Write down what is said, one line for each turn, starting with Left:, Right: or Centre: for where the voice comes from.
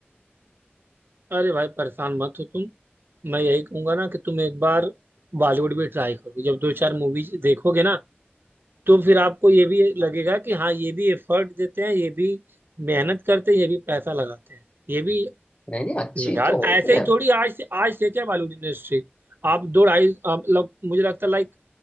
Right: अरे भाई परेशान मत हो तुम मैं यही कहूंगा ना कि तुम एक बार बॉलीवुड भी ट्राई करो जब दो चार मूवीज देखोगे ना तो फिर आपको ये भी लगेगा कि हाँ ये भी एफर्ट देते हैं ये भी मेहनत करते हैं ये भी पैसा लगाते हैं ये भी
Left: नहीं नहीं अच्छी
Right: यार
Left: तो होती
Right: ऐसे
Left: है
Right: ही थोड़ी आज से आज से क्या बॉलीवुड इंडस्ट्री आप दो ढाई अ, मतलब मुझे लगता है लाइक